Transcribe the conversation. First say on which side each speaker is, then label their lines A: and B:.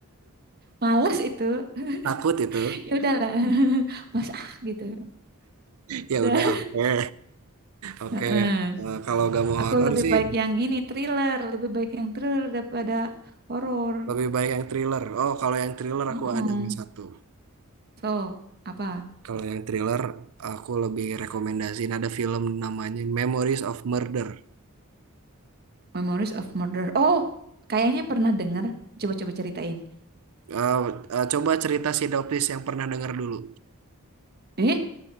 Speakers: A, on the right; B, on the right.
A: Males itu. <laughs>
B: <laughs> Takut itu.
A: Ya udahlah. <laughs> Mas ah gitu.
B: Ya
A: Udah.
B: udah, oke. Oke.
A: Heeh.
B: Eh, kalau gak mau horor
A: Aku lebih
B: sih
A: baik yang ini thriller, lebih baik yang thriller daripada horor.
B: lebih baik yang thriller. Oh, kalau yang thriller
A: Heeh.
B: aku ada nih satu.
A: So, apa?
B: Kalau yang thriller, aku lebih rekomendasiin ada film namanya Memories of Murder.
A: Memories of Murder. Oh, kayaknya pernah dengar. Coba-coba ceritain.
B: Eh, eh, coba cerita sinopsis yang pernah dengar dulu.
A: Eh,